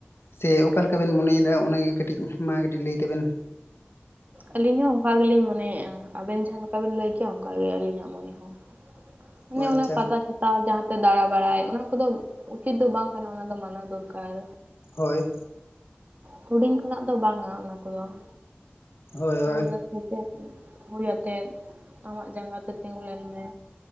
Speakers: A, on the left (about 80°); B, on the right (about 40°).
A: ᱥᱮ ᱚᱠᱟ ᱞᱮᱠᱟᱵᱤᱱ ᱢᱚᱱᱮᱭᱮᱫᱟ ᱚᱱᱟᱜᱮ ᱠᱟᱹᱴᱤᱡ ᱢᱟ ᱠᱟᱹᱴᱤᱡ ᱞᱟᱹᱭ ᱛᱮᱟᱵᱮᱱ
B: ᱟᱹᱞᱤᱧ ᱦᱚᱸ ᱚᱝᱠᱟ ᱜᱮᱞᱤᱧ ᱢᱚᱱᱮᱭᱮᱜᱼᱟ ᱟᱵᱮᱱ ᱡᱟᱦᱟᱸ ᱞᱮᱠᱟ ᱵᱤᱱ ᱞᱟᱹᱭ ᱠᱮᱜᱼᱟ ᱚᱝᱠᱟᱜ ᱜᱮ ᱟᱹᱞᱤᱧᱟᱜ ᱢᱚᱱᱮ ᱦᱚᱸ ᱚᱱᱮ
A: ᱚ ᱟᱪᱪᱷᱟ
B: ᱚᱱᱟ ᱯᱟᱛᱟ ᱪᱷ ᱛᱟ ᱡᱟᱦᱟᱸᱛᱮ ᱫᱟᱬᱟ ᱵᱟᱲᱟᱭ ᱚᱱᱟ ᱠᱚᱫᱚ ᱩᱪᱤᱛ ᱫᱚ ᱵᱟᱝ ᱠᱟᱱᱟ ᱚᱱᱟ ᱫᱚ ᱢᱟᱱᱟᱣ ᱫᱚᱨᱠᱟᱨ
A: ᱦᱳᱭ ᱾
B: ᱦᱩᱰᱤᱧ ᱠᱷᱚᱱᱟᱜ ᱫᱚ ᱵᱟᱝᱟ ᱚᱱᱟ ᱠᱚᱫᱚ ᱾
A: ᱦᱳᱭ
B: <unintelligible>
A: ᱦᱳᱭ
B: ᱦᱳᱭ ᱟᱛᱮᱫ ᱟᱢᱟᱜ ᱡᱟᱸᱜᱟ ᱛᱮ ᱛᱤᱸᱜᱩ ᱞᱮᱱ ᱢᱮ